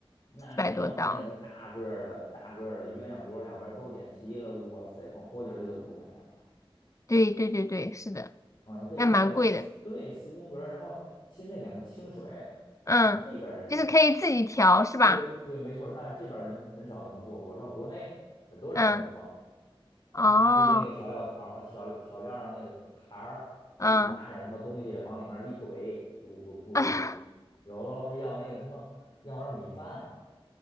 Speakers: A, on the left; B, on the left.
A: 那你要是那个大个儿的、
B: 四百多刀。
A: 大个儿的鸳鸯锅，两边都点齐了，哇塞，光锅底儿就得五十块钱吧？
B: 对对对对，是的，
A: 啊，你可以要那个四，
B: 那蛮贵的。
A: 对，四宫格儿然后其实那两个清水，
B: 嗯，
A: 呃这边儿人
B: 就是可以自己调是吧？
A: 对对没错儿但是这边儿人很少那么做，我知道国内很多人这么做。
B: 嗯，
A: 他他去那个小料条儿、
B: 哦，
A: 呃小小料上那个台儿，自己拿点什么东西往里面一怼，
B: 嗯。
A: 呼噜呼噜呼噜的。
B: <laughs>
A: 有时候还要那个什么，要碗米饭，